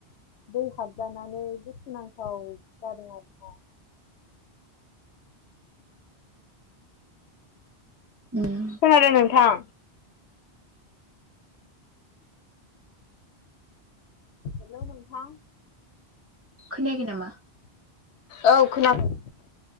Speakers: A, on the left; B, on the right.
A: दै हाबजानानै दुखुनांथाव जादों आरोना
B: <inaudible> उम
A: खोनादों नोंथां हेलौ नोंथा
B: खोनायाखै नामा
A: औ खोनादों